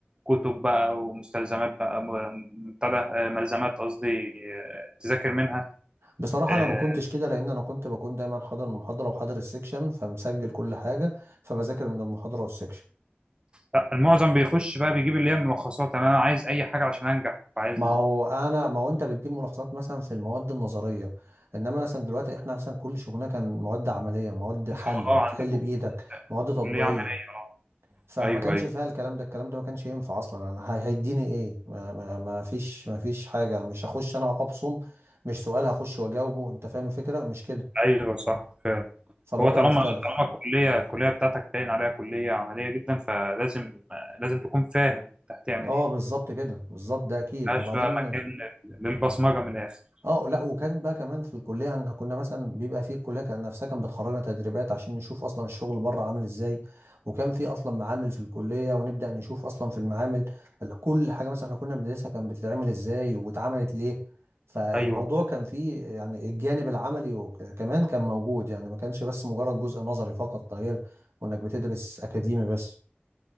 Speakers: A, on the right; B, on the right.
A: كتب بقى ومستلزمات بقى م- بتاع ده، آه، ملزمات قصدي آه، تذاكر منها
B: بصراحة
A: آه،
B: أنا ما كنتش كده لأن أنا كنت بكون دايما حاضر المحاضرة وحاضر السكشن فمسجل كل حاجة فبذاكر من المحاضرة والسكشن
A: لا، المعظم بيخش بقى بيجيب اللي هي الملخصات انا أنا عايز اي حاجه عشان انجح عايز
B: ما هو أنا ما هو أنت بتجيب ملاحظات مثلا في المواد النظرية إنما مثلا دلوقتي إحنا مثلا كل شغلنا كان مواد عملية مواد حل
A: انتوا اه
B: بتحل
A: عندكم
B: بإيدك مواد تطبيقية
A: كليه عمليه اه
B: فما
A: ايوه
B: كانش
A: ايوه
B: فيها الكلام ده الكلام ده ما كانش ينفع اصلا انا هي- هيديني ايه ما, ما, ما فيش ما فيش حاجه مش هخش انا ابصم مش سؤال هخش واجاوبه انت فاهم الفكره مش كده
A: ايوه صح فعلا
B: فالوضع
A: هو طالما
B: مختلف
A: طالما الكليه الكليه بتاعتك باين عليها كليه عمليه جدا فلازم لازم تكون فاهم انت هتعمل
B: اه
A: ايه
B: بالظبط كده بالظبط ده اكيد
A: ملهاش
B: وبعدين
A: بقى مكان لل- للبصمجه من الاخر
B: اه لا وكان بقى كمان في الكليه يعني كنا مثلا بيبقى في الكليه كان نفسها كانت بتخرجنا تدريبات عشان نشوف اصلا الشغل بره عامل ازاي وكان في اصلا معامل في الكليه ونبدا نشوف اصلا في المعامل ال- كل حاجه مثلا احنا كنا بندرسها كانت بتتعمل ازاي واتعملت ليه فالموضوع
A: ايوه
B: كان فيه يعني الجانب العملي وك- كمان كان موجود يعني ما كانش بس مجرد جزء نظري فقط غير وانك بتدرس اكاديمي بس